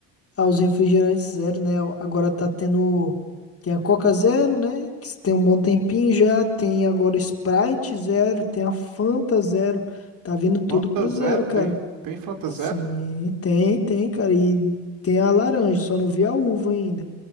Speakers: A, on the left; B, on the right.
A: aos refrigerantes zero, né? Agora tá tendo. Tem a Coca Zero, né? Que tem um bom tempinho já. Tem agora Sprite Zero. Tem a Fanta Zero. Tá vindo tudo
B: Fanta
A: pro
B: Zero?
A: zero, cara.
B: Tem, tem Fanta
A: Sim,
B: Zero?
A: tem, tem, cara. E tem a laranja, só não vi a uva ainda.